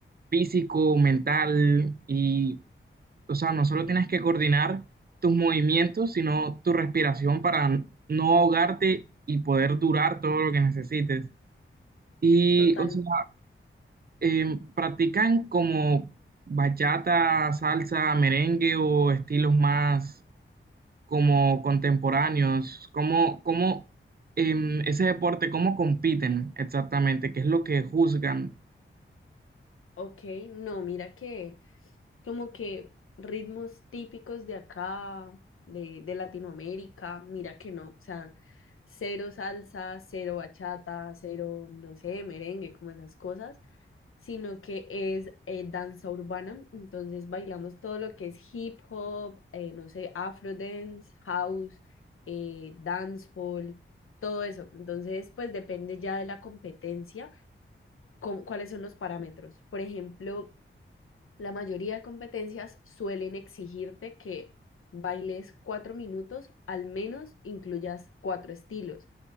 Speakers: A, on the right (about 45°); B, on the left (about 80°).
A: físico, mental y o sea, no solo tienes que coordinar tus movimientos, sino tu respiración para n- no ahogarte y poder durar todo lo que necesites. Y,
B: Total,
A: o sea, em, ¿practican como bachata, salsa, merengue o estilos más como contemporáneos? ¿Cómo, cómo em, ese deporte, cómo compiten exactamente? ¿Qué es lo que juzgan
B: ok, no, mira que como que ritmos típicos de acá, de, de Latinoamérica, mira que no, o sea, cero salsa, cero bachata, cero, no sé, merengue, como esas cosas. sino que es eh, danza urbana. Entonces bailamos todo lo que es hip hop, eh, no sé, afro dance, house, eh, dancehall, todo eso. Entonces, pues depende ya de la competencia, con, cuáles son los parámetros. Por ejemplo, la mayoría de competencias suelen exigirte que bailes cuatro minutos, al menos incluyas cuatro estilos.